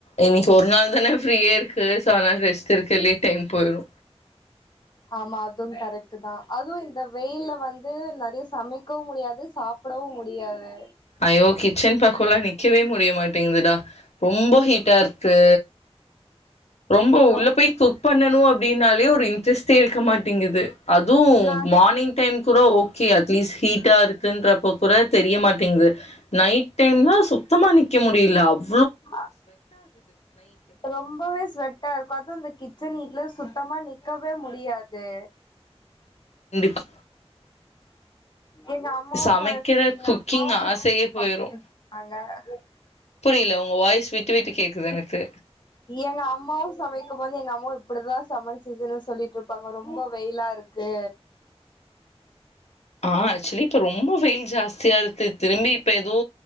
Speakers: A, on the left; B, on the left.
A: இன்னைக்கு ஒரு நாள் தானே ஃப்ரீயே இருக்கு சோ அதனால ரெஸ்ட் இருக்குலல்லையே டைம் போய்ரு
B: ஆமா அதுவும் கரெக்ட் தா அதுவும் இந்த வெயில வந்து நெறயா சமைக்கவும் முடியாது சாப் சாப்டவு முடியாது
A: ஐயோ கிச்சன் பக்கோல்லா நிக்கவே முடியமாட்டேங்குதுடா ரொம்ப ஹீட்டா இருக்கு ரொம்ப
B: ரொம்
A: உள்ள போய் குக் பண்ணணு அப்டின்னாலே ஒரு இன்ட்ரெஸ்டே இருக்க மாட்டேங்கிது அதுவு
B: நா
A: மார்னிங் டைம் கூட ஓகே அட்லீஸ்ட் ஹீட்டா இருக்குன்றப்ப கூட தெரிய மாட்டேங்குது நைட் டைம்னா சுத்தமா நிக்க முடியல அவ்
B: ஆ ரொம்பவே ஸ்வெட் ஹீட் ஆ இருக்கு அதுவு இந்த கிச்சன் ஹீட்டுல சுத்தமா நிக்கவே முடியாது
A: கண்டிப்பா
B: எங்க அம்மாவு
A: சமைக்கிற
B: சம எங்க
A: குக்கிங்
B: அம்மாவு
A: ஆசையே போயிரும்
B: கம்ப்ளீட் பண்ணாங்க
A: இல்ல உங்க வாய்ஸ் விட்டு விட்டு கேக்குது எனக்கு
B: எங்க அம்மாவு சமைக்கும்போது எங்க அம்மாவு இப்டிதா சம்மர் சீசன்ல சொல்லிட்டு இருப்பாங்க ரொம்ப வெயிலா இருக் கு
A: ஆ ஆக்சுவலி இப்ப ரொம்ப வெயில் ஜாஸ்தியா இருக்கு திரும்பி இப்ப ஏதோ